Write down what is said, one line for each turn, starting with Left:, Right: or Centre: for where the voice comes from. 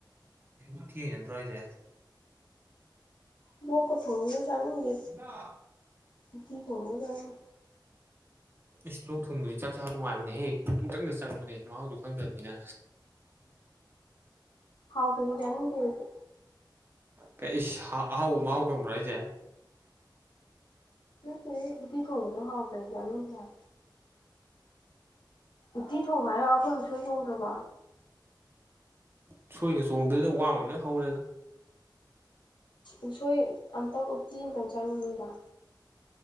Right: <unintelligible> ꯅꯠꯇ꯭ꯔꯣ ꯍꯥꯏꯖꯦ
Left: ꯂꫭꯛꯀ ꯊꯨꯡꯕꯒꯤ ꯆꯥꯅꯤꯡꯗꯦ
Right: ꯏꯃꯥ
Left: ꯎꯇꯤ ꯊꫭꯡꯕꯒ ꯆꯥꯅꯤꯡꯗꯦ
Right: ꯏꯁ ꯂꯣꯛ ꯊꯨꯡꯕꯗꯤ ꯆꯥꯛ ꯆꯥꯕ ꯅꯨꯡꯉꯥꯏꯕꯅꯦ ꯍꯦ ꯄꯨꯡꯆꯪꯗ ꯆꯪꯕꯅꯦ ꯃꯍꯥꯎꯖꯨ ꯈꯪꯗꯕꯅꯤꯅ
Left: ꯍꯥꯎꯇꯗꯤ ꯆꯥꯅꯤꯡꯗꯦ ꯑꯩꯗꯤ
Right: ꯀꯩ ꯏꯁ ꯍꯥꯎꯕ ꯃꯍꯥꯎ ꯈꯪꯕ꯭ꯔꯥ ꯍꯥꯏꯖꯦ
Left: ꯅꯠꯇꯦ ꯍꯦ ꯎꯇꯤ ꯊꯣꯛꯗ ꯍꯥꯎꯇ꯭ꯔꯥꯗꯤ ꯆꯥꯅꯤꯡꯗꯦ ꯍꯥꯏ ꯎꯠꯇꯤ ꯊꯣꯡꯕ ꯍꯥꯏꯔ ꯑꯩꯈꯣꯏ ꯎꯁꯣꯏ ꯆꯣꯡꯗ꯭ꯔꯥꯕꯣ
Right: ꯎꯁꯣꯏꯒ ꯆꯣꯡꯗꯦꯗ ꯋꯥ ꯑꯣꯏ ꯂꯣꯏ ꯍꯧꯔꯦꯗ
Left: ꯎꯁꯣꯏ ꯑꯝꯇꯪ ꯎꯇꯤ ꯑꯝꯇꯪ ꯆꯥꯅꯤꯡꯉꯤꯗ